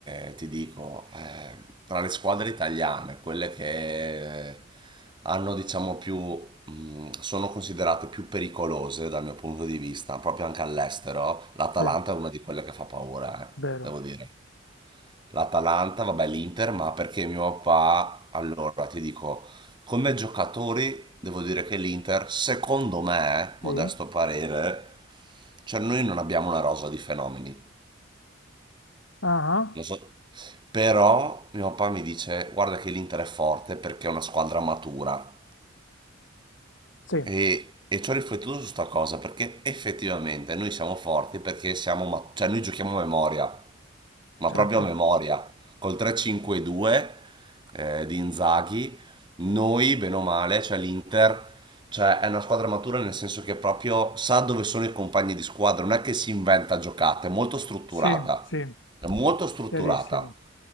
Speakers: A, on the right; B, on the left.
A: Eh, ti dico, eh, tra le squadre italiane, quelle che eh, hanno, diciamo, più, mh, sono considerate più pericolose dal mio punto di vista, proprio anche all'estero, l'Atalanta
B: Sì,
A: è una di quelle che fa paura, eh,
B: vero.
A: devo dire l'Atalanta, vabbè l'Inter, ma perché mio papà, allora ti dico, come giocatori devo dire che l'Inter, secondo me, modesto
B: Sì.
A: parere, cioè noi non abbiamo una rosa di fenomeni,
B: Ah, ah,
A: non so, però mio papà mi dice guarda che l'Inter è forte perché è una squadra matura
B: sì,
A: e, e ci ho riflettuto su sta cosa perché effettivamente noi siamo forti perché siamo, ma- cioè noi giochiamo a memoria. ma
B: certo.
A: proprio a memoria. Col 3-5-2 eh, di Inzaghi, noi, bene o male, cioè l'Inter, cioè è una squadra matura nel senso che proprio sa dove sono i compagni di squadra, non è che si inventa giocate, è molto strutturata,
B: Sì, sì,
A: è molto strutturata.
B: chiarissimo.